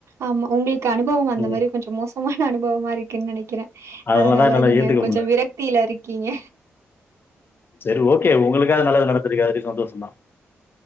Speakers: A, on the right; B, on the left.
A: ஆமா உங்களுக்கு அனுபவம் அந்த
B: ம்
A: மாரி கொஞ்சம் மோசமான அனுபவமா இருக்குன்னு நினைக்கிறே
B: அதனாலதா
A: அதனால
B: என்னால
A: நீங்க
B: ஏத்துக்க
A: கொஞ்சம்
B: முடில
A: விரக்தியில இரு கீங்க
B: சரி ஓகே உங்களுக்காது நல்லது நடத்திருக்காது சந்தோசதா